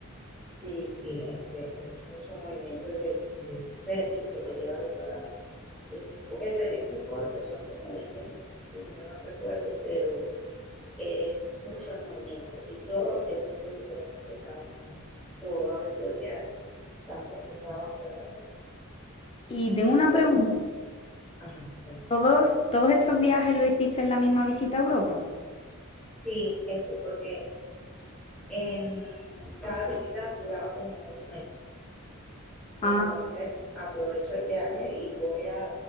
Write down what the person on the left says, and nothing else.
Y tengo una
pregunta.
¿Todos, todos estos viajes lo hiciste en la misma visita a Europa?
Ah,